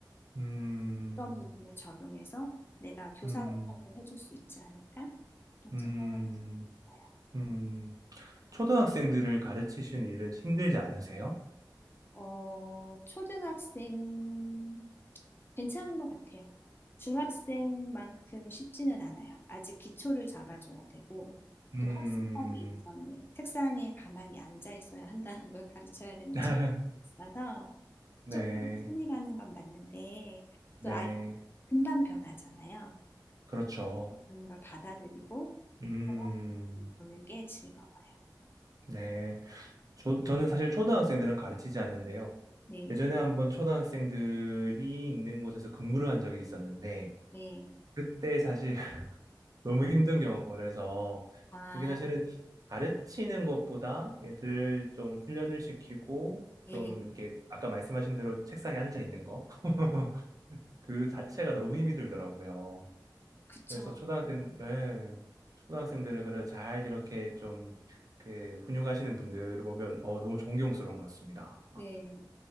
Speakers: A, on the right; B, on the left.
A: 음,
B: 그런 부분을 적용해서 내가 교사
A: 음,
B: 역할도 해줄 수 있지 않을까? 그런
A: 음,
B: 생각을 했어요.
A: 음. 초등학생들을 가르치시는 일은 힘들지 않으세요?
B: 어, 초등학생 괜찮은 것 같아요. 중학생만큼 쉽지는 않아요. 아직 기초를 잡아줘야 되고,
A: 음,
B: 또 학습하기 이전에 책상에 가만히 앉아 있어야 한다는 걸 가르쳐야 되는
A: <laughs>
B: 친구가 있어서
A: 네,
B: 조금 뭐 손이 가는 건 맞는데,
A: 네,
B: 또 아이 금방 변하잖아요.
A: 그렇죠.
B: 그런 걸 받아들이고,
A: 음,
B: 변화를 보는 게 즐거워요.
A: 네. 저, 저는 사실 초등학생들은 가르치지 않는데요.
B: 네,
A: 예전에 한번 초등학생들이 있는 곳에서 근무를 한 적이 있었는데,
B: 네.
A: 그때 사실 <laughs> 너무 힘든 경험을 해서,
B: 아,
A: 이게 사실은 가르치는 것보다 얘들 좀 훈련을 시키고,
B: 네.
A: 좀 이렇게 아까 말씀하신 대로 책상에 앉아 있는 거, <laughs> 그 자체가 너무 힘이 들더라고요.
B: 그쵸.
A: 그래서 초등학생, 예, 초등학생들을 그래 잘 이렇게 좀, 그, 훈육하시는 분들을 보면, 어, 너무 존경스러운 것 같습니다.
B: 네.